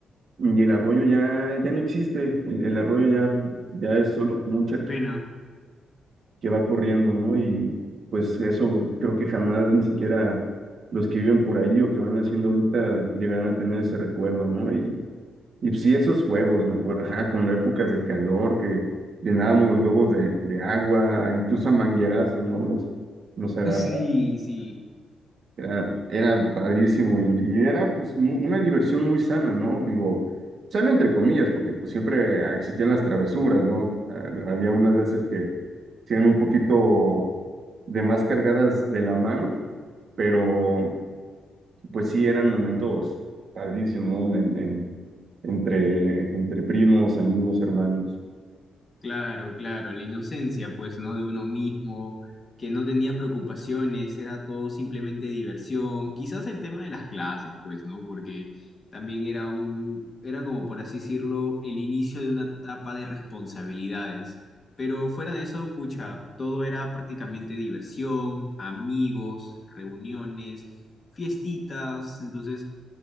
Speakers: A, on the right (about 55°); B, on the left (about 35°).
A: y el arroyo ya, ya no existe. El, el arroyo ya, ya es solo como un charquito
B: Qué pena.
A: que va corriendo, ¿no? Y pues eso creo que jamás ni siquiera los que viven por ahí o que van haciendo ahorita llegarán a tener ese recuerdo, ¿no? Y, y pues, sí, esos juegos, me acuerdo, ajá, con épocas de calor que llenábamos los globos de, de agua, incluso a manguerazos, ¿no? Nos, nos agarrábamos
B: <laughs> Sí, sí.
A: era, era padrísimo y, y era pues, mu- una diversión muy sana, ¿no? Digo, sana entre comillas, porque pues siempre existían las travesuras, ¿no? Ha- Había unas veces que eran un poquito de más cargadas de la mano, pero pues sí eran momentos padrísimos, ¿no? En- en- entre, entre primos, amigos, hermanos.
B: Claro, claro, la inocencia, pues, ¿no? De uno mismo, que no tenía preocupaciones, era todo simplemente diversión. Quizás el tema de las clases, pues, ¿no? Porque también era un, era como por así decirlo, el inicio de una etapa de responsabilidades. Pero fuera de eso, pucha, todo era prácticamente diversión, amigos, reuniones, fiestitas, entonces